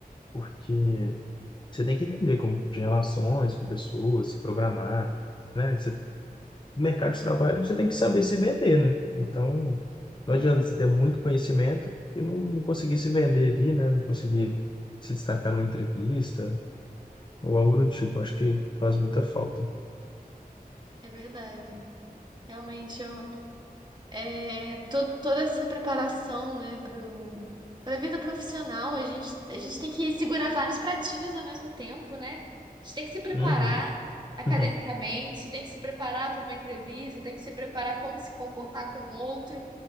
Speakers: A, on the left; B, on the right.
A: porque você tem que entender como de relações com pessoas, se programar, né? Você no mercado de trabalho você tem que saber se vender, né? Então, não
B: É,
A: adianta você ter muito conhecimento e não, não conseguir se vender ali, né? Não conseguir se destacar numa entrevista ou algo do tipo. Acho que faz muita falta.
B: é verdade. Realmente, eu é, todo, toda essa preparação, né, pro, pra vida profissional, a gente, a gente tem que segurar vários pratinhos ao mesmo tempo, né? A gente tem que se preparar
A: Uhum.
B: academicamente,
A: <laughs>
B: tem que se preparar para uma entrevista, tem que se preparar como se comportar com o outro